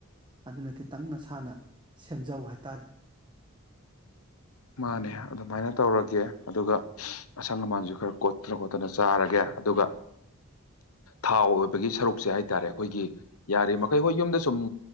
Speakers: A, on the right (about 20°); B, on the left (about 75°).
A: ꯑꯗꯨꯅ ꯈꯤꯇꯪ ꯅꯁꯥꯅ ꯁꯦꯝꯖꯧ ꯍꯥꯏꯇꯥꯔꯦ
B: ꯃꯥꯅꯦ ꯑꯗꯨꯃꯥꯏꯅ ꯇꯧꯔꯒꯦ ꯑꯗꯨꯒ ꯑꯁꯪ ꯑꯃꯥꯟꯁꯨ ꯈꯔ ꯀꯣꯠꯇꯅ ꯈꯣꯠꯇꯅ ꯆꯥꯔꯒꯦ ꯑꯗꯨꯒ ꯊꯥꯎ ꯑꯣꯏꯕꯒꯤ ꯁꯔꯨꯛꯁꯦ ꯍꯥꯏꯇꯥꯔꯦ ꯑꯩꯈꯣꯏꯒꯤ ꯌꯥꯔꯤꯕ ꯃꯈꯩ ꯍꯣꯏ ꯌꯨꯝꯗ ꯁꯨꯝ